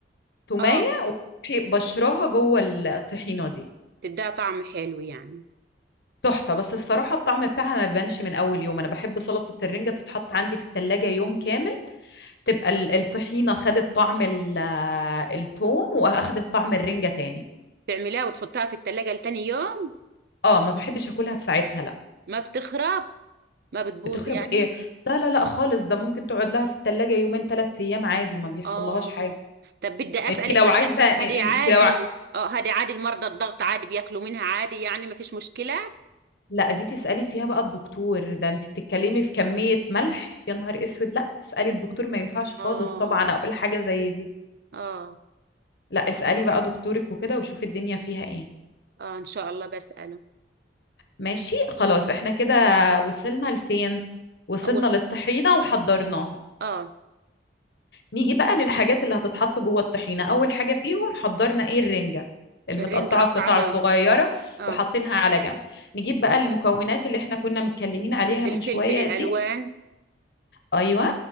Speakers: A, on the left; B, on the right.
A: تومية
B: اه
A: وتروحي بشراها جوه الطحينة دي
B: تديها طعم حلو يعني
A: تحفة بس الصراحة الطعم بتاعها ما بيبانش من أول يوم أنا بحب سلطة الرنجة تتحط عندي في التلاجة يوم كامل تبقى ال- الطحينة خدت طعم ال- التوم وأخدت طعم الرنجة تاني
B: تعملها وتحطها في التلاجة لتاني يوم
A: اه ما بحبش أكلها في ساعتها لا
B: ما بتخرب ما بتبوظ
A: بتخرب
B: يعني
A: ايه لا لا لا خالص ده ممكن تقعد لها في التلاجة يومين ثلاثة أيام عادي ما بيحصل
B: اه
A: لهاش حاجة
B: طب بدي أسألك
A: انت لو
B: هدي
A: عايزه
B: هدي عادي
A: انت لو ع...
B: اه هدي عادي المرضى الضغط عادي بياكلوا منها عادي يعني ما فيش مشكلة
A: لا دي تسالي فيها بقى الدكتور ده انت بتتكلمي في كميه ملح يا نهار اسود لا اسالي الدكتور ما ينفعش خالص
B: اه
A: طبعا اقول حاجه زي دي
B: اه
A: لا اسالي بقى دكتورك وكده وشوفي الدنيا فيها ايه
B: اه ان شاء الله بسأله
A: ماشي خلاص احنا كده وصلنا لفين وصلنا
B: اول
A: للطحينه وحضرناها
B: اه
A: نيجي بقى للحاجات اللي هتتحط جوه الطحينه اول حاجه فيهم حضرنا ايه الرنجه المتقطعه
B: الرنج قطعناها
A: قطع صغيره
B: اه
A: وحاطينها على جنب نجيب بقى المكونات اللي احنا كنا متكلمين عليها
B: الفلفل
A: من شويه
B: الالوان
A: دي ايوه